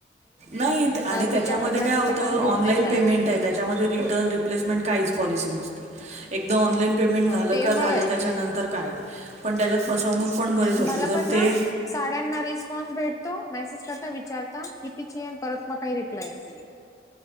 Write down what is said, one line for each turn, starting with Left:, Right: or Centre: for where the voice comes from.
Right: नाही आणि त्याच्यामध्ये
Left: विचारतात मेसेज
Right: काय होत
Left: करतात
Right: ऑनलाईन
Left: घेत नाही काही
Right: पेमेंट
Left: नाही
Right: आहे. त्याच्यामध्ये रिटर्न, रिप्लेसमेंट काहीच पॉलिसी नसते. एकदा ऑनलाईन पेमेंट
Left: हा
Right: झालं
Left: ते
Right: का झालं
Left: बळ आहे
Right: त्याच्यानंतर
Left: टेन्शन
Right: काय नाही. पण त्याच्यात फसवणूक पण बरेच होते.
Left: मला
Right: जर
Left: पण ना
Right: ते
Left: साड्यांना रिस्पॉन्स भेटतो, मेसेज करता विचारता कितीची हे परत मग काही रिप्लायच अस नाही.